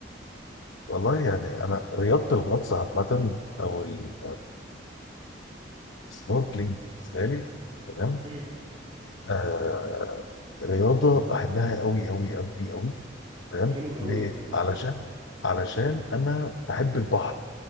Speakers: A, on the left; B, on the right.
A: والله يعني انا رياضه الغطس عامه او ال- السنوركلينج بالنسبه لي تمام
B: مم.
A: آه رياضه بحبها قوي قوي قوي قوي تمام
B: حلو قوي
A: ليه؟ علشان علشان انا بحب البحر